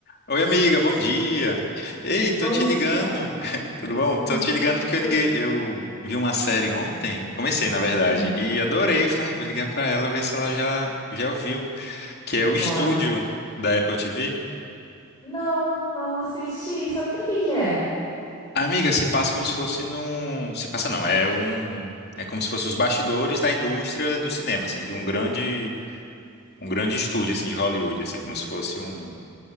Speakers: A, on the left; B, on the left.
A: Oi, amiga, bom dia. Ei, tô
B: Bom
A: te
B: dia.
A: ligando. <laughs> Tudo bom?
B: Hum,
A: Tô te ligando porque eu
B: hum,
A: liguei, eu vi uma série ontem, comecei na verdade,
B: hum,
A: e adorei. Falei, "Ai, vou ligar pra ela ver se ela já já ouviu, que é o
B: bora.
A: Estúdio da Apple TV.
B: Não, não assisti. Sobre o que que é?
A: Amiga, se passa como se fosse num, se passa não, é um é como se fosse os bastidores da indústria do cinema, assim, de um grande um grande estúdio assim de Hollywood, assim, como se fosse um